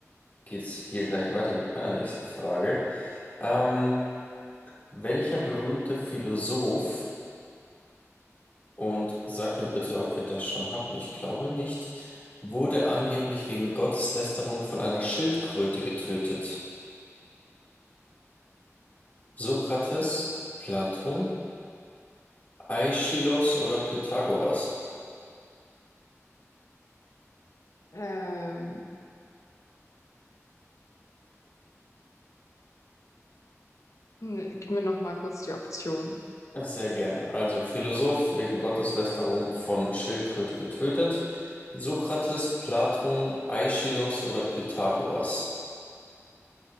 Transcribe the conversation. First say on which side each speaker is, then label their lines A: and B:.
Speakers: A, on the left (about 35°); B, on the left (about 75°).
A: geht's hier gleich weiter mit meiner nächsten Frage. Ähm, welcher berühmte Philosoph Und sag mir bitte, ob wir das schon hatten. Ich glaube nicht. Wurde angeblich wegen Gotteslästerung von einer Schildkröte getötet. Sokrates, Platon, Aeschylus oder Pythagoras?
B: Ähm, ne, gib mir noch mal kurz die Option.
A: Sehr gerne. Also Philosoph wegen Gotteslästerung von Schildkröte getötet. Sokrates, Platon, Aeschylus oder Pythagoras?